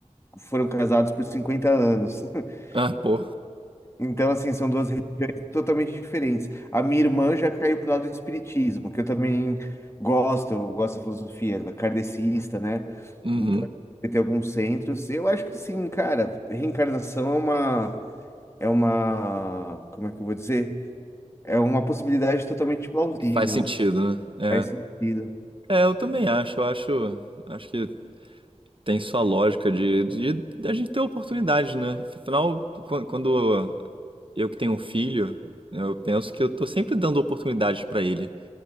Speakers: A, on the left (about 20°); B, on the right (about 45°).
A: foram casados por 50 anos. <laughs>
B: Ah, pô.
A: Então, assim, são duas religiões totalmente diferentes. A minha irmã já caiu pro lado do espiritismo, que eu também gosto, eu gosto da filosofia da kardecista, né?
B: Uhum.
A: Então, tem alguns centros. Eu acho que sim, cara, reencarnação é uma, é uma, como é que eu vou dizer? É uma possibilidade totalmente plausível.
B: Faz sentido, né?
A: Faz sentido.
B: É. É, eu também acho. Eu acho, acho que tem sua lógica de, de, da gente ter oportunidades, né? Afinal, quan- quando eu que tenho um filho, eu penso que eu tô sempre dando oportunidades pra ele.